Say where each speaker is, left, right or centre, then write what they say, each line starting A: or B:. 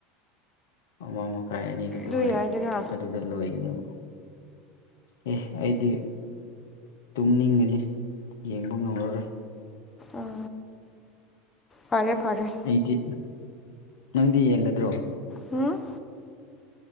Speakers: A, on the left (about 65°); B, on the left (about 20°).
A: ꯑꯃ ꯃꯈꯥꯏ ꯑꯅꯤꯗꯨꯗ
B: ꯑꯗꯨ
A: ꯍꯣꯏ
B: ꯌꯥꯏꯗꯅ
A: ꯑꯗꯨꯗ ꯂꯣꯏꯒꯅꯦꯕ ꯑꯦ ꯑꯩꯗꯤ ꯇꯨꯝꯅꯤꯡꯒꯅꯤ ꯌꯦꯡꯕ ꯉꯝꯃꯔꯣꯏ
B: ꯑꯣ ꯐꯔꯦ ꯐꯔꯦ
A: ꯑꯩꯗꯤ ꯅꯪꯗꯤ ꯌꯦꯡꯒꯗ꯭ꯔꯣ
B: ꯍꯨꯡ